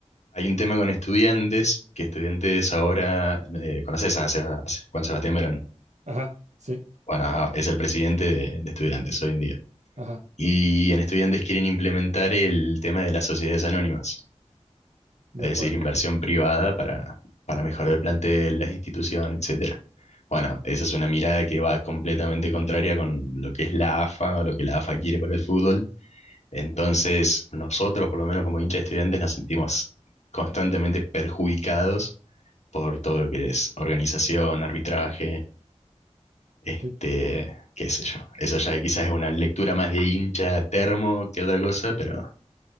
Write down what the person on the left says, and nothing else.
hay un tema con estudiantes, que estudiantes ahora, eh, ¿conoces a Seba- a Juan Sebastián Verón?
Bueno, es el presidente de, de estudiantes hoy en día.
Y en estudiantes quieren implementar el tema de las sociedades anónimas,
es
decir, inversión privada para, para mejorar el plantel, la institución, etcétera. Bueno, esa es una mirada que va completamente contraria con lo que es la AFA o lo que la AFA quiere para el fútbol. Entonces, nosotros, por lo menos como hinchas de estudiantes, nos sentimos constantemente perjudicados por todo lo que es organización, arbitraje, este,
qué sé yo. Eso ya quizás es una lectura más de hincha termo que otra cosa, pero